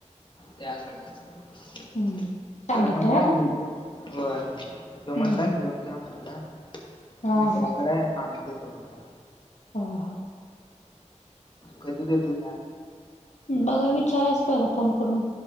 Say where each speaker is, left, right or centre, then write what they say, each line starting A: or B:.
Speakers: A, on the left (about 40°); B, on the left (about 65°).
A: त्याकडे
B: हम्म सांगितलंय
A: तुला म्हटला
B: हा
A: घेऊन होय तो म्हटला
B: हम्म
A: घेऊन जा म्हटला
B: हा
A: मित्राकडे
B: हा
A: आहे. आणून देतो म्हणला.
B: हो हो.
A: कधी देतोय काय माहित.
B: बघा विचारायचं पहिला फोन करून.